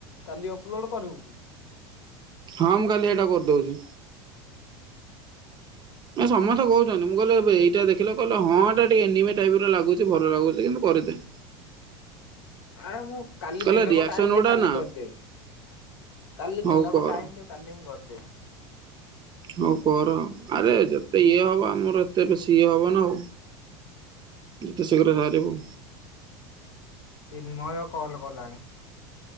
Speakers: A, on the left; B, on the right.
A: କାଲି ଅପଲୋଡ୍ କରିବୁ କି?
B: ହଁ ମୁଁ କାଲି ହେଇଟା କର୍ ଦଉଚି। ନା ସମସ୍ତେ କହୁ <unintelligible> ମୁଁ କହିଲି ଏଇଟା ଦେଖିଲ କହିଲ ହଁ ଏଟା ଟିକେ ଏନିମେ ଟାଇପ୍ ର ଲାଗୁଚି ଭଲ ଲାଗୁଚି କିନ୍ତୁ କରିଦେ।
A: ଆଏ ମୁଁ ସ କାଲି
B: କହିଲେ
A: ଦିନକ
B: ରିଆକ୍ସନ
A: ଟାଇମ୍ ଦେ
B: ଗୁଡା
A: କାଲି
B: ନା
A: କର୍ ଦେବ କାଲି
B: ହଉ
A: ଦିନକ
B: କର।
A: ଟାଇମ୍ ଦେ କାଲି ମୁଁ କରଦେବି।
B: ହଉ କର ଆରେ ଯେତେ ଇଏ ହବ ଆମର ଏତେ ବେଶୀ ଇଏ ହବ ନା ଆଉ।
A: <unintelligible>
B: ଯେତେ ଶୀଘ୍ର ବଖଆରିବୁ।
A: ଚିନ୍ମୟ କଲ୍ କଲାଣି।